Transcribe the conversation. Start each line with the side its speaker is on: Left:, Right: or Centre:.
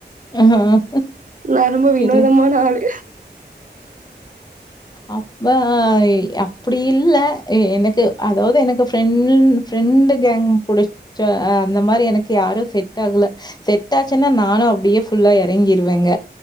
Left: ம்
Right: நா ரொம்ப
Left: சேரி
Right: வினோதமான ஆளு
Left: அப்ப ஆ இ அப்பிடி இல்ல எனக்கு அதாவது எனக்கு ஃப்ரெண் ஃப்ரெண்டு கேங் புடிச்ச அந்த மாரி எனக்கு யாரு செட் ஆகல செட் ஆச்சுன்னா நானு அப்பிடியே ஃபுல்லா இறங்கிருவங்க